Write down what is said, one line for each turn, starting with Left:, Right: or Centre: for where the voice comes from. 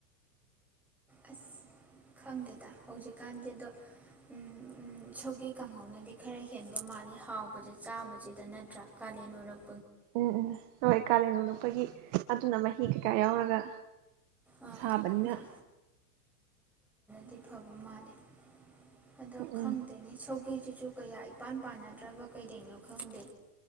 Centre: ꯑꯁ ꯈꯪꯗꯦꯗ ꯍꯧꯖꯤꯛꯀꯥꯟꯗꯦꯗꯣ ꯎꯝ ꯎꯝ ꯁꯧꯒꯤ ꯀꯥꯡꯍꯧꯅꯗꯤ ꯈꯔ ꯍꯦꯟꯕ ꯃꯥꯜꯂꯤ ꯍꯥꯎꯕꯁꯦ ꯆꯥꯕꯁꯤꯗ ꯅꯠꯇ꯭ꯔꯥ ꯀꯥꯂꯦꯟ ꯑꯣꯏꯔꯛ
Right: ꯎꯝ ꯎꯝ ꯍꯣꯏ ꯀꯥꯂꯦꯟ ꯑꯣꯟꯂꯛꯄꯒꯤ ꯑꯗꯨꯅ ꯃꯍꯤ ꯀꯩꯀꯥ ꯌꯥꯎꯔꯒ
Centre: ꯑꯥ
Right: ꯁꯥꯕꯅ
Centre: ꯑꯥ ꯗꯤ ꯐꯕ ꯃꯥꯜꯂꯤ ꯑꯗꯣ
Right: ꯎꯝ
Centre: ꯈꯪꯗꯦꯅꯦ ꯁꯧ ꯁꯧꯒꯤꯁꯤꯁꯨ ꯀꯌꯥ ꯏꯄꯥꯟ ꯄꯥꯟꯅꯗ꯭ꯔꯕ ꯀꯩꯗꯩꯅꯣ ꯈꯪꯗꯦ